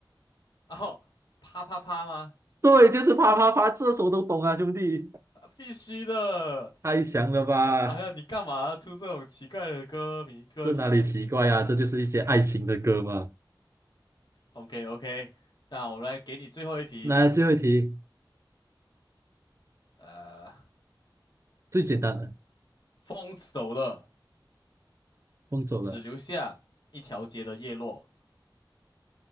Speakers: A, on the left; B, on the right.
A: 哦，啪啪啪吗？
B: 对，就是啪啪啪，这首都懂啊，兄弟，
A: 啊必须的。
B: 太强了吧？
A: 哎呀，你干嘛出这种奇怪的歌名歌题
B: 这哪里奇怪啊？这就是一些爱情的歌嘛。
A: ？OK OK，那我来给你最后一题。
B: 来，最后一题，
A: 呃，
B: 最简单的，
A: 风走了，
B: 风走了，
A: 只留下一条街的叶落；